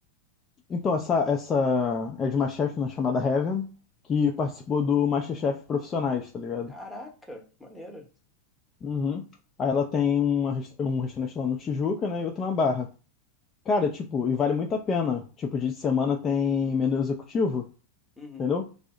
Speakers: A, on the left (about 20°); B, in the centre.
A: Então, essa, essa é de uma chefe na chamada Heaven, que participou do MasterChef Profissionais, tá ligado?
B: Caraca, que maneiro.
A: Uhum. Aí ela tem uma res- um restaurante lá no Tijuca, né? E outro na Barra. Cara, tipo, e vale muito a pena. Tipo, dia de semana tem menu executivo.
B: Uhum.
A: entendeu?